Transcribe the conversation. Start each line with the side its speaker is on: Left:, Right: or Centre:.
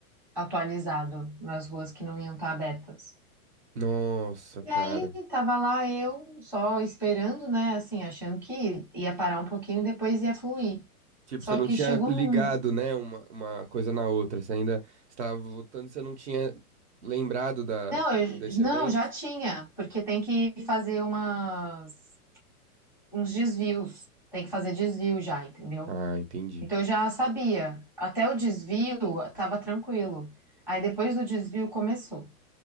Centre: atualizado nas ruas que não iam estar abertas.
Right: Nossa,
Centre: E
Right: cara.
Centre: aí, tava lá eu só esperando, né? Assim, achando que ia parar um pouquinho, e depois ia fluir.
Right: Tipo,
Centre: Só
Right: você não
Centre: que
Right: tinha
Centre: chegou
Right: ligado,
Centre: num.
Right: né, uma, uma coisa na outra. Você ainda estava votando, você não tinha lembrado da,
Centre: Não, eu-
Right: desse evento?
Centre: não, já tinha, porque tem que fazer umas, uns desvios. Tem que fazer desvio já, entendeu?
Right: Ah, entendi.
Centre: Então eu já sabia. Até o desvio tava tranquilo. Aí depois do desvio começou.